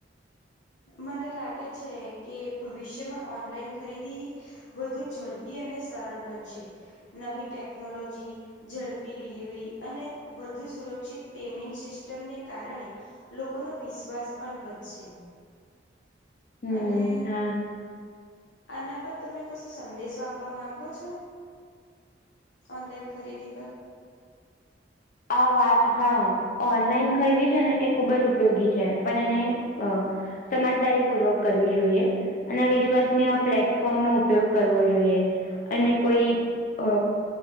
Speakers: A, on the left (about 85°); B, on the left (about 45°).
A: મને લાગે છે કે ભવિષ્યમાં ઓનલાઈન ખરીદી વધુ ઝડપી અને સરળ બનશે નવી ટેકનોલોજી ઝડપી ડિલિવરી અને વધુ સુરક્ષિત પેમેન્ટ સિસ્ટમને કારણે લોકો ન વિશ્વાસ પણ વધશે
B: હમ
A: અને
B: હા
A: આના પર તમે કશો સંદેશો આપવા માંગો છો ઓનલાઈન ખરીદી પર
B: આવા હા ઓનલાઈન ખરીદી છે ને એ ખૂબ જ ઉપયોગી છે પણ એને અ સમજદારી પૂર્વક કરવી જોઈએ અને વિશ્વાસને આ પ્લેટફોર્મ નો ઉપયોગ કરવો જોઈએ અને કોઈ અ